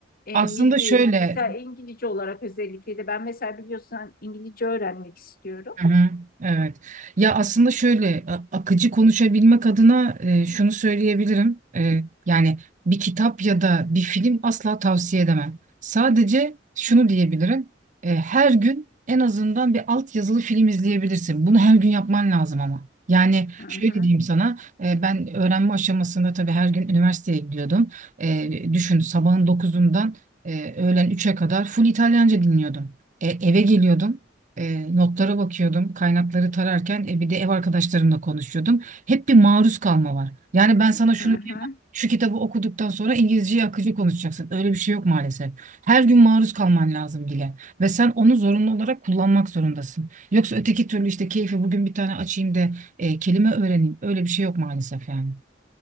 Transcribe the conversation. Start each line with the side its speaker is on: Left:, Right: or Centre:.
Left: E,
Right: Aslında
Left: ne bileyim
Right: şöyle
Left: mesela İngilizce olarak özellikle de ben mesela biliyorsun hani İngilizce öğrenmek istiyorum.
Right: Hı hı, Evet. Ya aslında şöyle a- akıcı konuşabilmek adına e, şunu söyleyebilirim. E, yani bir kitap ya da bir film asla tavsiye edemem. Sadece şunu diyebilirim. E, her gün en azından bir altyazılı film izleyebilirsin. Bunu her gün yapman lazım ama. Yani
Left: Hı
Right: şöyle
Left: hı,
Right: diyeyim sana. e, ben öğrenme aşamasında tabii her gün üniversiteye gidiyordum. E, düşün sabahın dokuzundan e, öğlen üçe kadar full İtalyanca dinliyordum. E, eve geliyordum. E, notlara bakıyordum, kaynakları tararken e, bir de ev arkadaşlarımla konuşuyordum. Hep bir maruz kalma var. Yani ben sana şunu
Left: hı hı.
Right: şu kitabı okuduktan sonra İngilizceyi akıcı konuşacaksın. Öyle bir şey yok maalesef. Her gün maruz kalman lazım dile ve sen onu zorunlu olarak kullanmak zorundasın. Yoksa öteki türlü işte keyfi bugün bir tane açayım da e, kelime öğreneyim. Öyle bir şey yok maalesef yani.